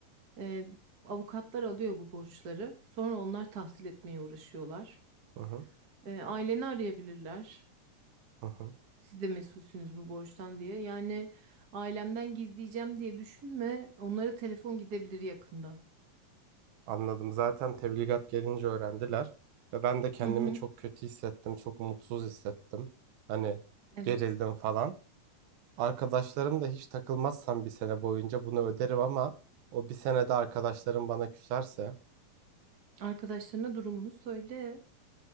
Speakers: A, on the right (about 50°); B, on the right (about 85°).
A: E, avukatlar alıyor bu borçları. Sonra onlar tahsil etmeye uğraşıyorlar.
B: Hı hı.
A: E, aileni arayabilirler.
B: Hı hı.
A: Siz de mesulsünüz bu borçtan diye. Yani ailemden gizleyeceğim diye düşünme. Onlara telefon gidebilir yakında.
B: Anladım. Zaten tebligat gelince öğrendiler ve ben de kendimi
A: Hı hı,
B: çok kötü hissettim, çok mutsuz hissettim. Hani
A: evet.
B: gerildim falan. Arkadaşlarım da hiç takılmazsam bir sene boyunca bunu öderim ama o bir senede arkadaşlarım bana küserse
A: Arkadaşlarına durumunu söyle.